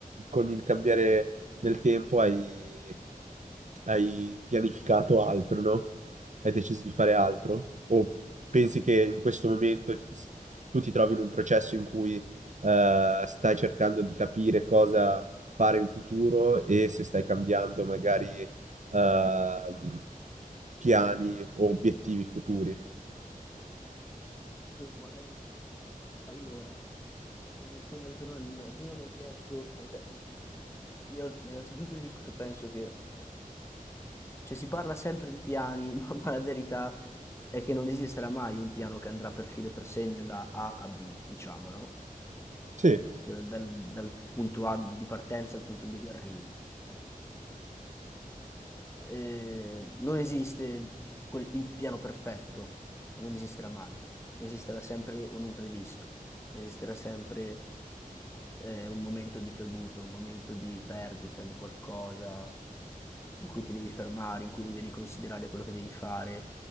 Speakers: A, on the right (about 55°); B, on the left (about 20°).
A: con il cambiare del tempo hai, hai pianificato altro, no? Hai deciso di fare altro? O pensi che in questo momento s- tu ti trovi in un processo in cui eh, stai cercando di capire cosa fare in futuro e se stai cambiando magari ehm, piani o obiettivi futuri?
B: Quindi, ma, eh, Allora, per rispondere alla tua domanda, allora, prima mi hai chiesto, ok, io innanzitutto ti dico che penso che, cioè si parla sempre di piani, <laughs> ma, ma la verità è che non esisterà mai un piano che andrà per filo e per segno da A a B, diciamo, no?
A: Sì,
B: Cioè dal dal punto A di partenza al punto B di arrivo. eh, non esiste quel- il piano perfetto, non esisterà mai. Esisterà sempre un imprevisto, esisterà sempre eh, un momento di caduta, un momento di perdita di qualcosa in cui ti devi fermare, in cui devi riconsiderare quello che devi fare,